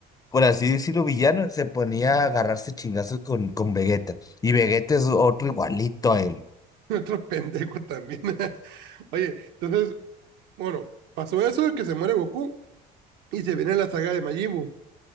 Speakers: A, on the left (about 20°); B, on the right (about 75°).
A: por así decirlo, villano, se ponía a agarrarse chingazos con, con Vegeta. Y Vegeta es otro igualito a él.
B: Otro pendejo también. <laughs> Oye, entonces, bueno, pasó eso de que se muere Goku y se viene la saga de Majin Buu.